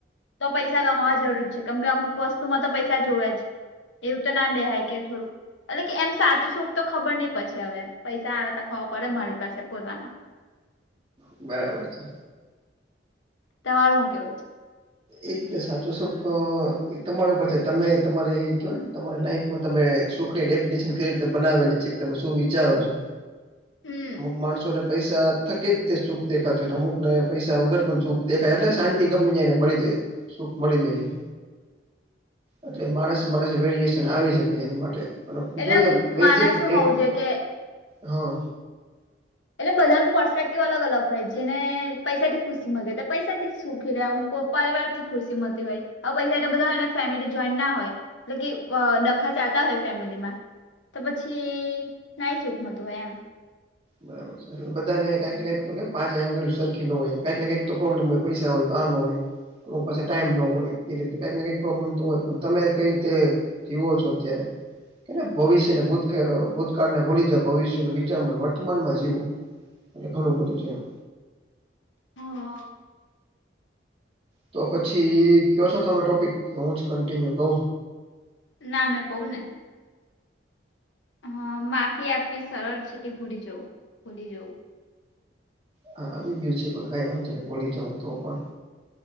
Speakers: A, on the left; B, on the right.
A: તો પૈસા કમાવા જરૂર છે કેમ કે અમુક વસ્તુમાં તો પૈસા જોવે જ એવું તો ના બેહાય કે થોડુંક એટલે કે એમ સાચું સુખ તો ખબર નહીં પછી હવે પૈસા આવે ખબર પડે મારી પાસે પોતાના
B: બરાબર છે
A: તમારું હું કેવું છે
B: એ જ તો સાચું સુખ તમારા ઉપર છે તમે તમારી કેવાય ને તમારી લાઈફ તમે સુખની ડેફિનેશન કઈ રીતે બનાવેલી છે તમે શું વિચારો છો
A: હમ
B: અમુક માણસોને પૈસા થકી જ સુખ દેખાતો હોયને અમુક ને પૈસા વગર પણ સુખ દેખાય એટલે શાંતિ ગમી જાયને મળી જાય. સુખ મળી જાય હે. એટલે માણસ માણસે વેરિએશન આવી શકે છે એની માટે અને જોઈ
A: એટલે
B: શકો બેઝિક
A: માણસ
B: ડેટ
A: શું હોવું જોઈએ કે
B: હા
A: એટલે બધાનું પર્સ્પેક્ટિવ અલગ અલગ હોય જેને પૈસા થી ખુશી મલે તો પૈસા થી સુખી રે અમુક પારિવાર થી ખુશી મળતી હોય પૈસા એ બધાને ફેમિલી જોઈન્ટ ના હોય ટલે કે અ ડખા ચાલતા હોય ફેમિલી માં તો પછી નાઈ સુકમતું એમ
B: બરાબર છે. એટલે બધાને કાઈક ને કાઈક તો કેમ પાચે આંગળી સરખી ના હોય કાઈક ને કાઈક પ્રોબ્લેમ હોય પૈસા હોય તો આ ન હોય તો પાસા ટાઈમ ન હોય એ રીતે કાઈક ને કાઈક પ્રોબ્લેમ તો હોય પણ તમે કઈ રીતે જીવો છો અત્યારે કેને ભવિષ્યનું ભૂતકાળ ભૂતકાળને ભૂલી જા ભવિષ્ય નું વિચાર <unintelligible> મનમાં જીવો એટલે ઘણું બધું છે એમ
A: હા
B: તો પછી કયો છો તમે ટોપિક કે હું જ કન્ટિન્યુ કઉ
A: ના મે કઉ ને હ માફી આપવી સરળ છે કે ભૂલી જવું ભૂલી જવું
B: હા આવી ગયું છે પણ કઈ વાંધો ન બોલી જાઉં તો પણ